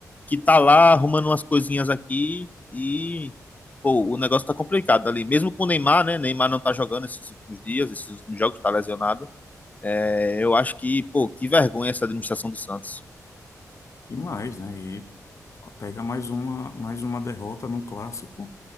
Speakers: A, on the left; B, on the left.
A: que tá lá arrumando umas coisinhas aqui e pô, o negócio tá complicado ali, mesmo com o Neymar, né? Neymar não tá jogando esses últimos dias, esses últimos jogos tá lesionado. É, eu acho que, pô, que vergonha essa administração do Santos.
B: E mais, né? E pega mais uma, mais uma derrota no clássico.